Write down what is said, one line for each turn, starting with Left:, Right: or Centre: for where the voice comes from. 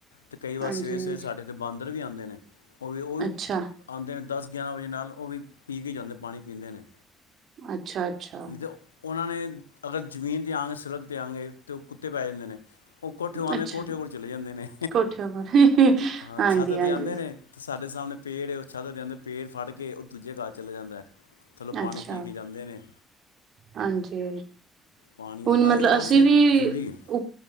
Left: ਤੇ ਕਈ ਵਾਰ
Right: ਹਾਂਜੀ
Left: ਸਵੇਰੇ
Right: ਹਾਂਜੀ,
Left: ਸਵੇਰੇ ਸਾਡੇ‌ ਤੇ ਬਾਂਦਰ ਵੀ ਆਂਦੇ ਨੇ ਓ ਵੀ ਓ
Right: ਅੱਛਾ
Left: ਆਂਦੇ ਨੇ ਦਸ ਗਿਆਰਾ ਵਜੇ ਨਾਲ ਓ ਵੀ ਪੀ ਕੇ ਜਾਂਦੇ ਪਾਣੀ ਪੀਂਦੇ ਨੇ।
Right: ਅੱਛਾ ਅੱਛਾ।
Left: ਨੀ ਤੇ ਓਨਾ ਨੇ ਅਗਰ ਜ਼ਮੀਨ ਦਿਆਂਗੇ ਸੜਕ ਦਿਆਂਗੇ ਤੇ ਓ ਕੁੱਤੇ ਪੈ ਜਂਦੇ ਨੇ। ਓ ਕੋਠਯੋ ਆਂਦੇ
Right: ਅੱਛਾ
Left: ਨੇ ਕੋਠਿਯੋ ਕੋਲ ਚੱਲੇ ਜਾਂਦੇ ਨੇ
Right: ਕੋਠੇ ਉੱਪਰ
Left: ਹਾਂ
Right: ਹਾਂਜੀ
Left: ਛੱਤ
Right: ਹਾਂਜੀ
Left: ਤੇ ਆਂਦੇ ਨੇ। ਤੇ ਸਾਡੇ ਸਾਮਨੇ ਪੇੜ ਏ ਓ ਛਧ ਦੇ ਆਂਦਾ ਪੇੜ ਫੜ ਕੇ ਓ ਦੂਜੇ ਘਰ ਚਲੇ ਜਾਂਦਾ ਐ। ਥੱਲੋ ਪਾਣੀ
Right: ਅੱਛਾ
Left: ਪੀ ਕੇ ਜਾਂਦੇ ਨੇ।
Right: ਹਾਂਜੀ
Left: ਪਾਣੀ
Right: ਹੁਨ
Left: ਇਹ
Right: ਮਤਲਬ
Left: ਇਹਨਾਂ ਵਾਸਤੇ
Right: ਅਸੀ ਵੀ
Left: ਜ਼ਰੂਰੀ ਹੈ
Right: ਉ